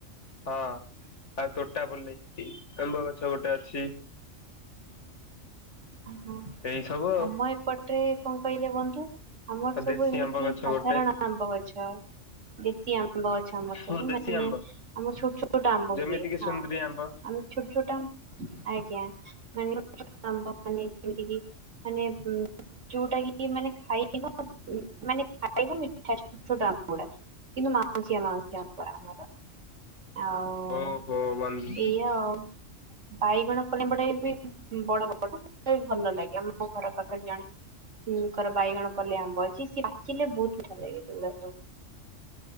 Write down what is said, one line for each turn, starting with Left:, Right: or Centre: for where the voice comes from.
Left: ହଁ ଆଉ ତୋଟା ପଲେଇ ଆମ୍ବ ଗଛ ଗୋଟେ ଅଛି।
Right: ଓହୋ
Left: ଏଇ ସବୁ ଆଉ
Right: ଆମ ଏପଟରେ କଣ କହିଲେ ବନ୍ଧୁ? ଆମର
Left: ଆଉ
Right: ସବୁ
Left: ଦେଶୀ
Right: ଏମିତି
Left: ଆମ୍ବ ଗଛ
Right: ସାଧାରଣ
Left: ଗୋଟେ
Right: ଆମ୍ବ ଗଛ ଦେଶୀ ଆମ୍ବ। ଆମ୍ବ ଅଛ ଆମର ସବୁ
Left: ଓ ଦେଶୀ
Right: ମାନେ
Left: ଆମ୍ବ
Right: ଆମର ଛୋଟ ଛୋଟ ଆମ୍ବ
Left: ଯେମିତି
Right: ହୁଏ
Left: କିି ସୁନ୍ଦରୀ
Right: ହଁ।
Left: ଆମ୍ବ
Right: ଆମେ ଛୋଟ ଛୋଟ ଆଜ୍ଞା ମାନେ ଆମ୍ବ ମାନେ ଯେମତି କି ମାନେ ଯୋଉଟା କି ମାନେ ଖାଇବ ମାନେ ଖାଇବ ମିଠା ଛୋଟ ଛୋଟ ଆମ୍ବ ଗୁଡା। କିନ୍ତୁ ମାଉସିଆ ମାଉସିଆ ଆମ୍ବ ଆମର। ଆଉ
Left: ଓହୋ ବନ୍ଧୁ
Right: ଏଇଆ ଆଉ। ବାଇଗଣ ପଲେଇ ଆମ୍ବ ଟା ବି ବଡ ବଡ ସେଟାବି ଭଲ ଲାଗେ ଆମ ଘର ପାଖରେ ଜଣେ। ଙ୍କର ବାଇଗଣ ପଲେଇ ଆମ୍ବ ଅଛି ସିଏ ପାଚିଲେ ବହୁତ ମିଠା ଲାଗେ ସେଗୁଡା ସବୁ।